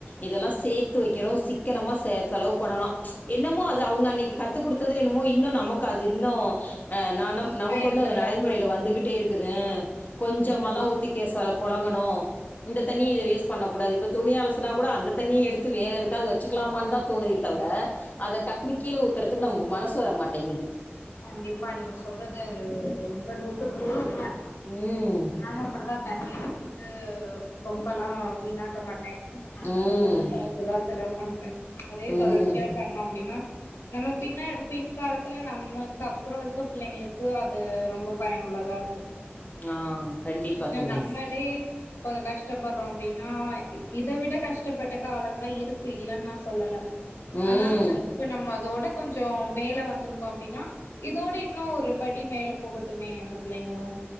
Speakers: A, on the left; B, on the left.
A: இதெல்லா சேர்த்து வெக்கணு சிக்கனமா செ செலவு பண்ணணு என்னமோ அது அவங்க அன்னைக்கு கத்து குடுத்தது என்னமோ இன்னு நமக்கு அது இன்னு ஆ நான நமக்கு
B: பயனுள்ளதா
A: வந்து அந்த நடைமுறையில வந்துகிட்டே இருக்குது கொஞ்சமாதா
B: இருக்கு.
A: ஊத்தி கேசா புழங்கணு இந்த தண்ணிய இத வேஸ்ட் பண்ண கூடாது இப்ப துணி அலசுனா கூட அந்த தண்ணிய எடுத்து வேற எதுக்காவது வச்சு க்லாமான்னு தான் தோணுதே தவிர அத டக்குனு கீழ ஊத்துறதுக்கு நமக்கு மனசு வரட்டேங்குது
B: கண்டிப்பா நீங்க சொல்றது ரொம்ப நூத்துக்கு நூறு உண்ம
A: ம்.
B: நானு அப்டிதா தண்ணியலா வந்துட்டு ரொம்பலாம வீணாக்க மாட்டே
A: ம்.
B: <unintelligible> பாத்துதா செலவு பண்றே அதே
A: ம்.
B: தொடர்ச்சியா பண்ண அப்டினா நம்ம பின்ன பின் காலத்துல நம்ம கப்புறம் இருக்க பிள்ளைங்களுக்கு அது ரொம்ப பயனுள்ளதாருக்கு
A: ஆ கண்டிப்பா
B: ந
A: தோழி.
B: நம்மளே கொஞ்சொ கஷ்டப்படுறோ அப்டினு ஆ இத விட கஷ்டப்பட்ட காலம்லா இருக்கு இல்லன்னு நா சொல்லல
A: ம்.
B: ஆனா இப்ப நம்ம அதோட கொஞ்சொ மேல வந்திருக்கோ அப்டினா இதோட இன்னு ஒரு படி மேல போகட்டுமே அந்த பிள்ளைங்களும்